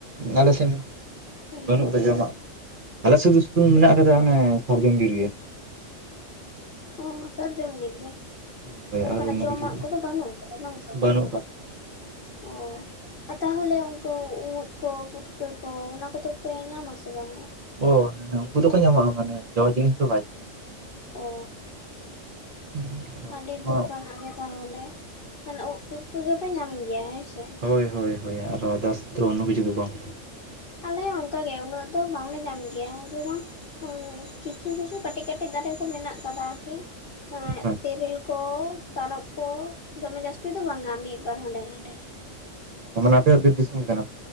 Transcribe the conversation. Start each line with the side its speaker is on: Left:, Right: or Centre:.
Right: ᱟᱞᱮ ᱥᱮᱫ ᱢᱟ <unintelligible>
Left: ᱦᱮᱸ
Right: ᱵᱟᱹᱱᱩᱜ ᱡᱚᱢᱟᱜ ᱟᱞᱮ ᱥᱩᱫᱩ ᱥᱩᱫᱛᱩ ᱢᱮᱱᱟᱜ ᱟᱠᱟᱫᱟ ᱚᱱᱮ ᱥᱟᱨᱡᱚᱢ ᱵᱤᱨ ᱜᱮ᱾
Left: ᱚ ᱥᱟᱨᱡᱚᱢ ᱵᱤᱨ ᱜᱮ?
Right: ᱦᱳᱭ ᱦᱳᱭ
Left: ᱚᱱᱠᱟᱱᱟᱜ
Right: ᱟᱨ ᱚᱱᱟ
Left: ᱡᱚᱢᱟᱜ
Right: ᱠᱤᱪᱷᱩ ᱫᱚ
Left: ᱠᱚᱫᱚ ᱵᱟᱹᱱᱩᱜ ᱠᱟᱫᱟ ᱵᱟᱝ ᱥᱮ?
Right: ᱵᱟᱹᱱᱩᱜ ᱠᱟᱜ
Left: ᱚ ᱟᱨ ᱛᱟᱦᱚᱞᱮ ᱩᱱᱠᱩ ᱩᱫ ᱠᱚ ᱯᱩᱴᱠᱟᱹ ᱠᱚ ᱚᱱᱟ ᱠᱚᱫᱚ ᱯᱮ ᱧᱟᱢ ᱥᱮ ᱵᱟᱝᱟ?
Right: ᱚ ᱦᱮᱸ ᱩᱱᱠᱩ ᱫᱚᱠᱚ ᱧᱟᱢᱚᱜᱼᱟ, ᱢᱟᱱᱮ ᱡᱚ ᱡᱤᱱᱤᱥ ᱫᱚ ᱵᱟᱭ ᱧᱟᱢᱚᱜᱼᱟ᱾
Left: ᱚ
Right: <inaudible>
Left: ᱟᱹᱰᱤ ᱫᱩᱠᱱᱟᱜ
Right: ᱢᱟ
Left: ᱜᱮ ᱛᱟᱦᱚᱞᱮ, ᱢᱟᱱᱮ ᱩᱫ ᱯᱩᱴᱠᱟᱹ ᱠᱚᱜᱮᱯᱮ ᱧᱟᱢ ᱜᱮᱭᱟ ᱦᱮᱸᱥᱮ?
Right: ᱦᱳᱭ ᱦᱳᱭ ᱦᱳᱭ ᱟᱨᱦᱚ ᱟᱫᱟᱨᱥ ᱫᱚ ᱚᱱᱱᱳ ᱠᱤᱪᱩ ᱫᱚ ᱵᱟᱝ
Left: ᱟᱞᱮ ᱦᱚᱸ ᱚᱱᱠ ᱜᱮ ᱩᱱᱟᱹᱜ ᱫᱚ ᱵᱟᱝᱞᱮ ᱧᱟᱢ ᱜᱮᱭᱟ ᱡᱮᱢᱚᱱ ᱠᱤᱪᱷᱩ ᱠᱤᱪᱷᱩ ᱠᱟᱹᱴᱤᱡ ᱠᱟᱹᱴᱤᱡ ᱫᱟᱨᱮ ᱠᱚ ᱢᱮᱱᱟᱜ ᱟᱠᱟᱫᱟ ᱟᱨᱠᱤ
Right: ᱦᱮᱸ
Left: ᱛᱮᱨᱤᱞ ᱠᱚ ᱠᱚ ᱛᱟᱨᱚᱵ ᱠᱚ ᱫᱚᱢᱮ ᱡᱟᱹᱥᱛᱤ ᱫᱚ ᱵᱟᱝᱟ ᱢᱤᱫ ᱵᱟᱨ ᱦᱟᱸᱰᱮ ᱱᱟᱰᱮ᱾
Right: ᱢᱟᱱᱮ ᱟᱯᱮ ᱦᱚᱸ ᱵᱤᱨ ᱫᱤᱥᱚᱢ ᱠᱟᱱᱟ